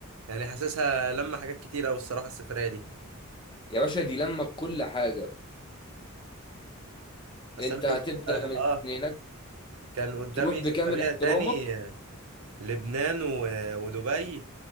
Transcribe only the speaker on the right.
يعني حاسسها لما حاجات كتير قوي الصراحه السفريه دي
بس
انا كنت
اه
آه،
كان قدامي
سفريه
تاني لبنان و... ودبي